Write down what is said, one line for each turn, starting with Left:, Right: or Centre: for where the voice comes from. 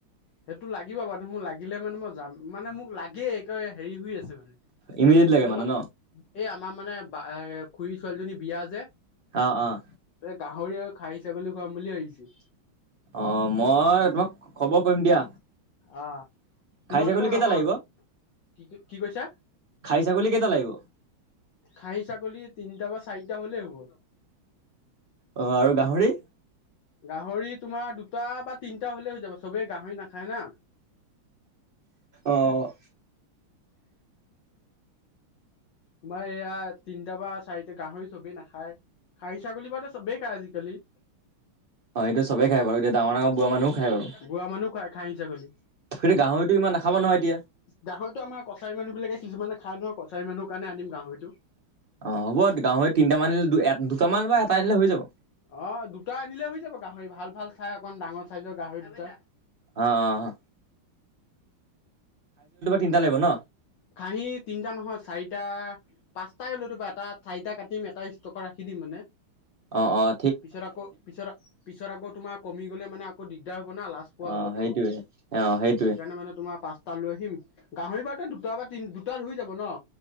Left: সেইটো লাগিব মাৰুে মোক লাগিলে মানে মই যাম মানে মোক লাগে একে হেৰি হৈ আছে মানে।
Right: ইমিডিয়েট লাগে
Left: এ তোমাৰ
Right: মানে ন
Left: এই আমাৰ মানে বা খুৰী ছোৱালীজনী বিয়া যে।
Right: অঁ অঁ
Left: এ গাহৰি আৰু খাহি ছাগলী খাম বুলি ভাবিছোঁ।
Right: অঁ মই তোমাক খবৰ কৰিম দিয়া।
Left: অঁ তোমালোকৰ
Right: খাহী ছাগলী
Left: লগৰ।
Right: কেইটা লাগিব
Left: কি কি কৈছা?
Right: খাহী ছাগলী কেইটা লাগিব
Left: খাহী ছাগলী তিনিটা বা চাৰিটা হলে হ'ব।
Right: অ আৰু গাহৰি
Left: গাহৰি তোমাৰ দুটা বা তিনটা হলে হৈ যাব চবেই গাহৰি নাখায় না।
Right: অঁ।
Left: তোমাৰ এইয়া তিনটা বা চাৰিটা গাহৰি চবি নাখায়। খাই ছাগলী বা ত চবেই খাই আজিকালি।
Right: অঁ সেইটো চবেই খাই বাৰু। এতিয়া ডাঙৰ ডাঙৰ
Left: উম,
Right: বুঢ়া মানুহো খাই বাৰু।
Left: বুঢ়া মানুহ খায় খাহী ছাগলী।
Right: সেটো গাহৰিটো। ইমান নাখাব নহয় এতিয়া।
Left: গাহৰিতো আমাৰ কছাৰী মানু্হ বিলাকে কিছুমানে খাই নহয়। কছাৰী মানুহৰ কাৰণে আনিম গাহৰিটো।
Right: অঁ হ'ব গাহৰি তিনটা মান দু এটা। আনিলে হৈ যাব
Left: অঁ দুটা আনিলে হৈ যাব গা গাহৰি ভাল ভাল চাই অকন ডাঙৰ চাইজৰ গাহৰি দুটা।
Right: অঁ অঁ। তিনিটা লাগিব ন
Left: খাহি তিনটা নহয় চাৰিটা। এতিয়া পাঁচটাই নটো বা এটা চাৰিটাই এটা ষ্টকত ৰাখি দিম মানে।
Right: অঁ অঁ।
Left: পিছত আকৌ পিছত পিছত আকৌ তোমাৰ কমি গলে মানে আকৌ দিগদাৰ হব না, লাজ পোৱা
Right: অ
Left: হবতো।
Right: সেইটোৱে অ সেইটোৱে
Left: সেইকাৰণে মানে তোমাৰ পাঁচটা লৈ আহিম। গাহৰি বাৰুতে দুটা বা তিন দুটা ধুই যাব ন।